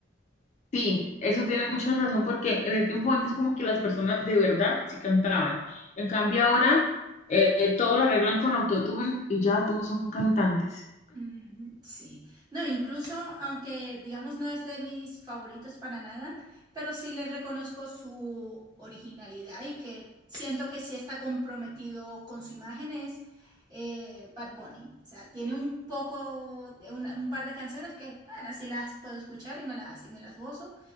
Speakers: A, on the left; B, on the right.
A: Sí, eso tiene mucha razón porque en el tiempo antes como que las personas de verdad sí cantaban. En cambio ahora eh, eh, todo lo arreglan con autotune y ya todos son cantantes.
B: Mm, Sí, no, incluso aunque digamos no es de mis favoritos para nada, pero sí le reconozco su originalidad y que siento que sí está comprometido con su imagen es eh, Bad Bunny. O sea, tiene un poco, de una- un par de canciones que, bueno, sí las puedo escuchar y me las, y me las gozo,